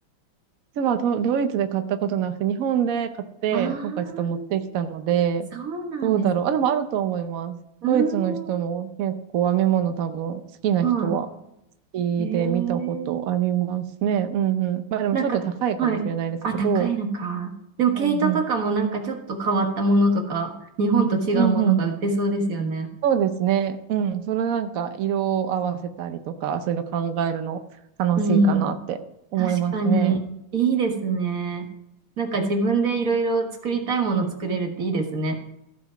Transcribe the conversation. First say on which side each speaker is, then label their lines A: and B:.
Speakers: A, on the right; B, on the right.
A: 実はド、ドイツで買ったことなくて、日本で買って、
B: ああー、
A: 今回ちょっと持ってきたので、
B: そうなんですね。
A: どうだろう。あ、でもあると思います。
B: うー
A: ドイツの人も結構編み物多分好きな人は好
B: ん、は
A: きで見たことありますね。
B: い。へえ。
A: うんうん。まあでもちょっと高いかもしれないですけど、
B: なんか、はい。あ、高いのか。でも毛糸とかもなんかちょっと変わったものとか、
A: うんうん。
B: 日本と違うものが売ってそうですよね。
A: うんうん。そうですね。うん。それなんか色を合わせたりとか、そういうの考えるの楽しいかなって思いますね。
B: うん確かに、いいですね。なんか自分でいろいろ作りたいもの作れるっていいですね。